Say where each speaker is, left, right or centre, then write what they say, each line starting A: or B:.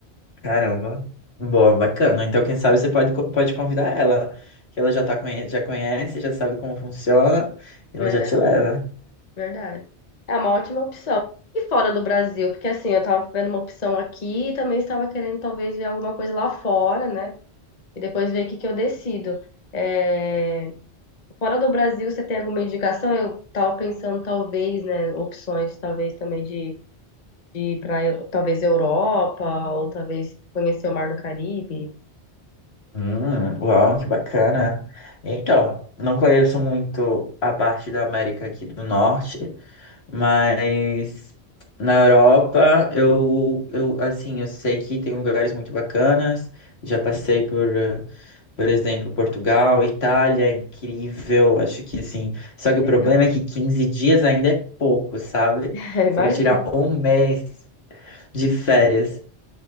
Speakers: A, on the left; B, on the left.
A: caramba. Boa, bacana. Então, quem sabe você pode co- pode convidar ela, que ela já tá conhe já conhece, já sabe como funciona, e
B: Verdade.
A: ela já te leva.
B: Verdade. É uma ótima opção. E fora do Brasil, porque assim, eu tava vendo uma opção aqui e também estava querendo talvez ver alguma coisa lá fora, né? E depois ver o que que eu decido. É, Fora do Brasil, você tem alguma indicação? Eu tava pensando talvez, né, opções talvez também de, de ir para talvez Europa ou talvez conhecer o Mar do Caribe.
A: Hum, uau, que bacana. Então, não conheço muito a parte da América aqui do Norte, mas na Europa eu, eu assim, eu sei que tem lugares muito bacanas. Já passei por, eh, por exemplo, Portugal, Itália, é incrível. Acho que assim. Só
B: Que
A: que
B: legal.
A: o problema é que 15 dias ainda é pouco, sabe?
B: <laughs> Imagino.
A: Teria que tirar um mês de férias